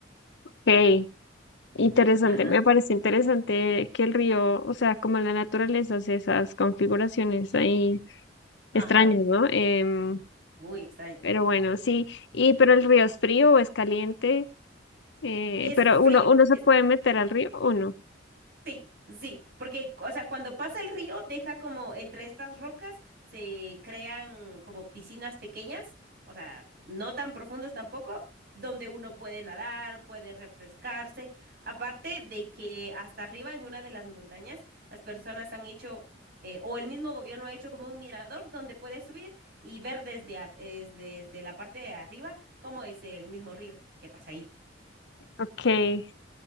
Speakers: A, on the left (about 65°); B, on the right (about 55°).
A: qué interesante.
B: Ajá,
A: Me parece interesante que el río, o sea, como la naturaleza hace esas configuraciones ahí
B: ajá,
A: extrañas, ¿no? Em,
B: muy extraño.
A: pero bueno, sí. Y pero el río es frío o es caliente, eh,
B: Es
A: pero
B: frío,
A: uno, uno se
B: es
A: puede meter al río o no.
B: Sí, sí, porque, o sea, cuando pasa el río, deja como entre estas rocas, se crean como piscinas pequeñas, o sea, no tan profundas tampoco, donde uno puede nadar, puede refrescarse. Aparte de que hasta arriba en una de las montañas, las personas han hecho, eh, o el mismo gobierno ha hecho como un mirador donde puedes subir y ver desde, a- es- desde la parte de arriba cómo es el mismo río que pasa ahí.
A: Okay,